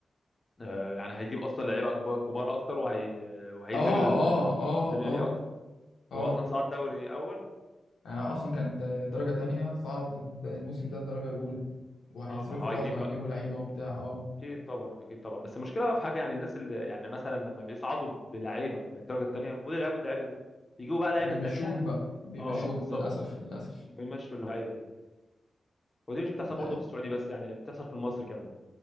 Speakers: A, on the left; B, on the left.
A: آه يعني هيجيب أصلا لعيبة أكبر كبار أكتر وهي آه، وهيجذب
B: اه
A: ال-
B: اه اه
A: الدنيا
B: اه
A: ليه أكتر
B: اه
A: هو أصلا صعد دوري أول
B: يعني أصلا كان د- درجة تانية صعد الموسم ده الدرجة الأولى وهيصرفوا
A: أه فهيجيب
B: بقى وهيجيبوا
A: بقى
B: لعيبة وبتاع اه
A: أكيد طبعا أكيد طبعا بس المشكلة بقى في حاجة يعني الناس اللي يعني مثلا لما بيصعدوا بلعيبة من الدرجة التانية المفروض يلعبوا اللعيبة دي بيجيبوا بقى لعيبة
B: بيمشوهم
A: تانية
B: بقى بيمشوهم
A: أه بالظبط
B: للأسف للأسف
A: ويمشوا اللعيبة دي ودي مش بتحصل برضو
B: آه،
A: في السعودية بس يعني بتحصل في مصر كمان